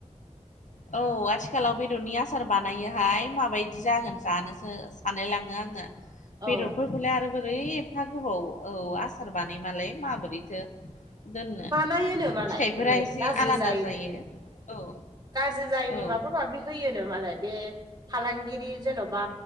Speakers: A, on the left; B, on the right.
A: औ आथिखालाव बेदरनि आसार बानायोहाय माबायदि जागोन जानोसो सानलायलाङो आङो। बेदरफोरखौलाय
B: औ
A: आरो बोरै एफा गोबाव औ आसार बानाय मालाय माबोरैथो। दोननो
B: बानायोनो मालाय
A: फिथाइफोरा
B: ओरै
A: एसे
B: गाज्रि
A: आलादा
B: जायैनि
A: जायो औ।
B: गाज्रि जायिनि
A: औ
B: माबा माबि होयोनो मालाय बे फालांगिरि जेन'बा